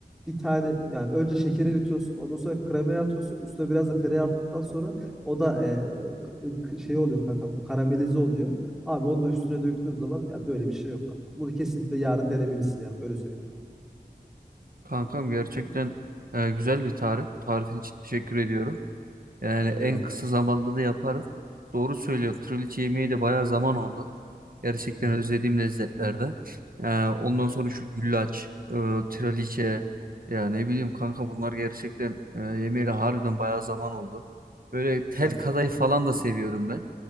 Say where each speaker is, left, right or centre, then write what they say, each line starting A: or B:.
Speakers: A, in the centre; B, on the right.
A: bir tane yani önce şekeri eritiyorsun ondan sonra kremaya atıyorsun üstüne biraz da tereyağı attıktan sonra o da e, e, k- k- şey oluyor kankam karamelize oluyor. Abi onu da üstüne döktüğün zaman ya böyle bir şey yok kankam. Bunu kesinlikle yarın denemelisin yani öyle söyleyeyim ben.
B: kankam gerçekten
A: İyi,
B: eee, güzel bir tarif. Bu tarifin için teşekkür ediyorum. Yani en
A: Eyvallah.
B: kısa zamanda da yaparız. Doğru söylüyor. Trileçe yemeği de bayağı zaman oldu. Gerçekten
A: Hı hı.
B: özlediğim lezzetlerde. Ee, ondan sonra şu güllaç, e, trileçe, ya ne bileyim kanka bunlar gerçekten e, yemeğiyle harbiden bayağı zaman oldu. Böyle tel
A: Gerçekten
B: kadayıf
A: öyle.
B: falan da seviyorum ben.